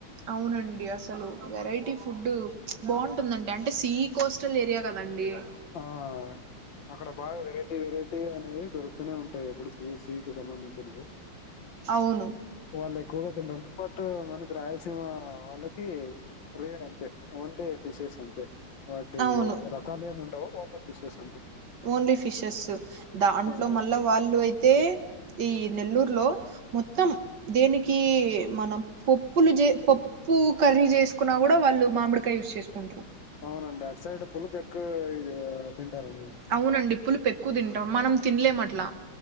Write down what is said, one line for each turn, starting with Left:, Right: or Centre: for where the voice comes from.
Right: అవునండి అసలు వెరైటీ ఫుడ్ బాగుంటుందండి అంటే సీ కోస్టల్ ఏరియా కదండి ంట
Left: ఆ అక్కడ బాగా వెరైటీ వెరైటీ అనేవి దొరుకుతూనే ఉంటాయి ఎప్పటికి సీకి సంబంధించినవి
Right: అవును
Left: వాళ్ళు ఎక్కువగా తింటుంటారు బట్ మనకి రాయలసీమ వాళ్ళకి రేర్ అంతే ఓన్లీ ఫిషెస్ అంతే వాటి
Right: అవును
Left: రకాలు ఏమం టే వాటర్ ఫిషెస్ ఉంటాయి
Right: ఓన్లీ ఫిషెస్ దాంట్లో
Left: ఆ
Right: మళ్ళా వాళ్ళు అయితే ఈ నెల్లూరు లో మొత్తం దినికి కి మనం పప్పులు జే పప్పు కర్రీ చేసుకున్నా కూడా వాళ్ళు మామిడికాయ యూస్ చేసుకుంట్రూ
Left: అవునండి అట్ సైడ్ పులుపు ఎక్ ఇది తింటారు
Right: అవునండి పులుపు ఎక్కువ తింటారు మనం తినలేం అట్లా